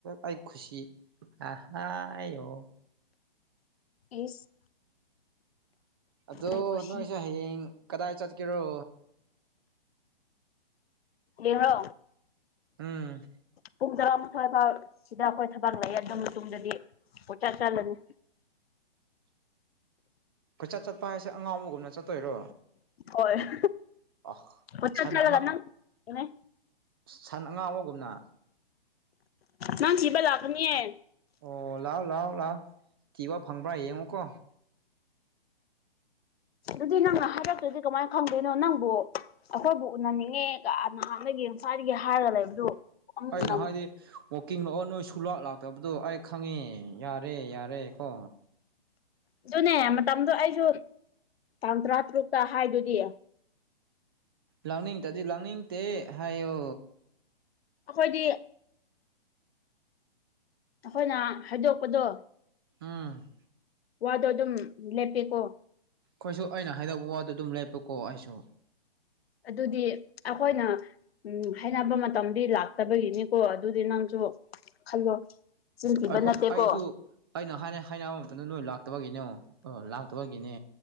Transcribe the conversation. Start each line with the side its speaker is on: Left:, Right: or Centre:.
Right: ꯑꯩ ꯈꯨꯁꯤ ꯑꯍ ꯌꯣ
Left: ꯏꯁ
Right: ꯑꯗꯣ
Left: ꯑꯩ ꯈꯨꯁꯤꯈꯔꯦ
Right: ꯅꯣꯏꯁꯦ ꯍꯌꯦꯡ ꯀꯗꯥꯏ ꯆꯠꯀꯦꯔꯣ
Left: ꯂꯤꯍꯣ
Right: ꯎꯝ
Left: ꯄꯨꯡ ꯇꯔꯥꯃꯥꯊꯣꯏ ꯐꯥꯎ ꯁꯤꯗ ꯑꯩꯈꯣꯏ ꯊꯕꯛ ꯂꯩꯔꯕ ꯃꯇꯨꯡꯗꯗꯤ ꯄꯣꯏ ꯆꯠ ꯆꯠꯂꯅꯤ
Right: ꯀꯣꯏꯆꯠ ꯆꯠꯄ ꯍꯥꯏꯁꯦ ꯑꯉꯥꯎꯕꯒꯨꯝꯅ ꯆꯠꯇꯣꯏꯔꯣ
Left: ꯍꯣꯏꯁ
Right: ꯑ
Left: ꯀꯣꯆꯠ
Right: ꯁꯟ
Left: ꯆꯠꯂꯒ
Right: ꯑꯉꯥ
Left: ꯅꯪ ꯊꯝꯃꯦ
Right: ꯁꯟ ꯑꯉꯥꯡ ꯑꯃꯒꯨꯝꯅ
Left: ꯅꯪꯊꯤꯕ ꯂꯥꯛꯀꯅꯤꯌꯦ
Right: ꯑꯣ ꯂꯥꯛꯑꯣ ꯂꯥꯛꯑꯣ ꯂꯥꯛꯑꯣ ꯀꯤꯕ ꯐꯪꯕ꯭ꯔꯥ ꯌꯦꯡꯉꯣꯀꯣ
Left: ꯑꯗꯨꯗꯤ ꯅꯪꯅ ꯍꯥꯏꯔꯛꯇ꯭ꯔꯗꯤ ꯀꯃꯥꯏꯅ ꯈꯪꯗꯣꯏꯅꯣ ꯅꯪꯕꯨ ꯑꯩꯈꯣꯏꯕꯨ ꯎꯅꯟꯅꯤꯡꯉꯦ ꯅꯍꯥꯟꯗꯒꯤ ꯅꯋꯥꯏꯗꯒꯤ ꯍꯥꯏꯔꯒ ꯂꯩꯕꯗꯨ ꯑꯃꯨꯛ
Right: ꯑꯩꯅ
Left: ꯎꯅꯅꯤꯡ
Right: ꯍꯥꯏꯗꯦ ꯋꯥꯛꯀꯤꯡ ꯂꯥꯛꯑꯣ ꯅꯣꯏ ꯁꯨꯂꯥ ꯂꯥꯛꯇꯕꯗꯣ ꯑꯩ ꯈꯪꯉꯦ ꯌꯥꯔꯦ ꯌꯥꯔꯦ ꯀꯣ
Left: ꯑꯗꯨꯅꯦ ꯃꯇꯝꯗꯣ ꯑꯩꯁꯨ ꯇꯥꯡ ꯇꯔꯥ ꯇꯔꯨꯛꯇ ꯍꯥꯏꯗꯣꯏꯗꯤ
Right: ꯂꯥꯛꯅꯤꯡꯗꯗꯤ ꯂꯥꯛꯅꯤꯡꯗꯦ ꯍꯥꯏꯌꯣ
Left: ꯑꯩꯈꯣꯏꯗꯤ ꯑꯩꯈꯣꯏꯅ ꯍꯥꯏꯗꯣꯛꯄꯗꯣ
Right: ꯎꯝ
Left: ꯋꯥꯗꯣ ꯑꯗꯨꯝ ꯂꯦꯞꯄꯤꯀꯣ
Right: ꯑꯩꯈꯣꯏꯁꯨ ꯑꯩꯅ ꯍꯥꯏꯗꯛꯄ ꯋꯥꯗꯣ ꯑꯗꯨꯝ ꯂꯩꯞꯄꯀꯣ ꯑꯩꯁꯨ
Left: ꯑꯗꯨꯗꯤ ꯑꯩꯈꯣꯏꯅ ꯎꯝ ꯍꯥꯏꯅꯕ ꯃꯇꯝꯗꯤ ꯂꯥꯛꯇꯕꯒꯤꯅꯤꯀꯣ ꯑꯗꯨꯗꯤ ꯅꯪꯁꯨ ꯈꯜꯂꯣ ꯆꯤꯟ ꯊꯤꯕ
Right: ꯑꯩꯈꯣꯏ
Left: ꯅꯠꯇꯦꯀꯣ
Right: ꯑꯩꯁꯨ ꯑꯩꯅ ꯍꯥꯏ ꯍꯥꯏꯅꯕ ꯃꯇꯝꯗ ꯅꯣꯏ ꯂꯥꯛꯇꯕꯒꯤꯅꯦ ꯑꯣ ꯂꯥꯛꯇꯕꯒꯤꯅꯦ